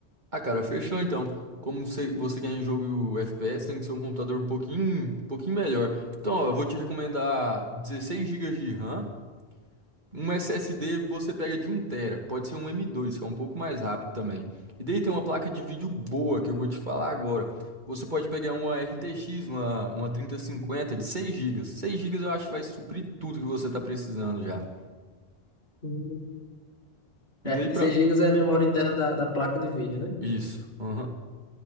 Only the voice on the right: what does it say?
Ah, cara, fechou então. Como você, você quer um jogo FPS, tem que ser um computador um pouquinho, um pouquinho melhor. Então, ó, eu vou te recomendar 16 gigas de RAM. Um SSD você pega de um tera. Pode ser um m dois, que é um pouco mais rápido também. E daí tem uma placa de vídeo boa que eu vou te falar agora. Você pode pegar uma RTX, uma, uma trinta cinquenta de 6 gigas. 6 gigas eu acho que vai suprir tudo que você está precisando já.
E
daí pra.
Isso. aham.